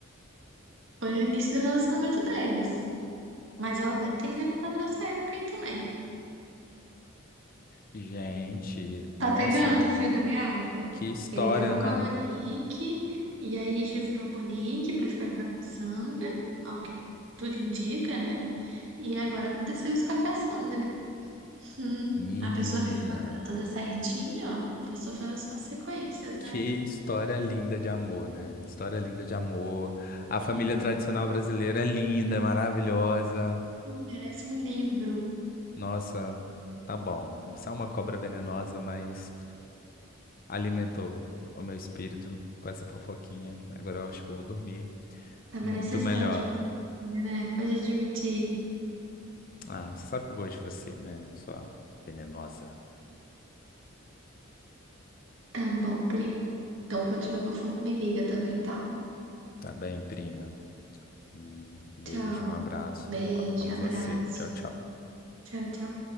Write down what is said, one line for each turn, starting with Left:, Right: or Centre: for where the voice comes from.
Right: Foi no início do relacionamento deles. Mas ela deve ter inventado nessa época aí também.
Left: Gente,
Right: Tá
Left: nossa,
Right: pegando o fio da meada?
Left: que história,
Right: Ele tava
Left: né?
Right: com a Monique, e aí chifrou a Monique pra ficar com a Cassandra, ao que tudo indica, né? E agora aconteceu isso com a Cassandra. Hum,
Left: Menina,
Right: a pessoa vive com a vida toda certinha, ó, tá sofrendo as consequências, né?
Left: que história linda de amor, né? História linda de amor. A
Right: Hum,
Left: família tradicional brasileira é linda, é maravilhosa.
Right: merece um livro.
Left: Nossa, tá bom. Você é uma cobra venenosa, mas alimentou o meu espírito com essa fofoquinha. Agora eu acho que eu vou dormir
Right: Tava
Left: muito
Right: necessitado
Left: melhor.
Right: de um pouquinho, né? Pode admitir.
Left: Ah, você sabe que eu gosto de você, né? Sua venenosa.
Right: Tá bom, primo. Então, quando tiver fofoca, me liga também, tá?
Left: Tá bem, prima? Um beijo,
Right: Tchau.
Left: um abraço.
Right: Beijo,
Left: Ó, Amo
Right: abraço.
Left: você. Tchau, tchau.
Right: Tchau, tchau.